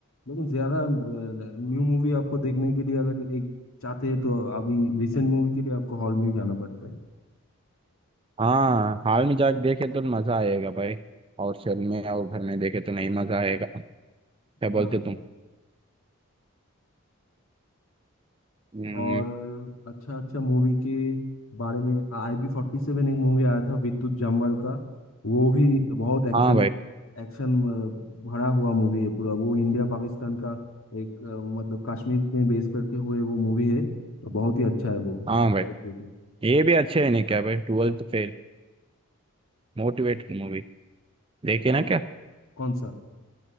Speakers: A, on the left; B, on the right.
A: लेकिन ज़्यादा न्यू मूवी आपको देखने के लिए अगर एक चाहते हैं तो अभी रिसेंट मूवी के लिए आपको हॉल में ही जाना पड़ता है
B: हाँ हाल में जाके देखे तो मजा आएगा भाई और शहर में और घर में देखे तो नहीं मजा आएगा क्या बोलते
A: हाँ
B: तुम हम्म,
A: और अच्छा अच्छा मूवी के बारे में आई बी फोर्टी सेवन एक मूवी आया था विद्युत जामवाल का वो भी बहुत एक्शन
B: हाँ भाई
A: एक्शन भरा हुआ मूवी है पूरा वो इंडिया पाकिस्तान का एक अ, मतलब कश्मीर में बेस करके हुए वो मूवी है तो बहुत ही अच्छा है वो
B: हाँ
A: आप
B: भाई
A: जरूर देखिए
B: ये भी अच्छे है नहीं क्या भाई ट्वेल्थ फेल मोटिवेटेड मूवी देखे ना
A: कौन
B: क्या
A: कौन सा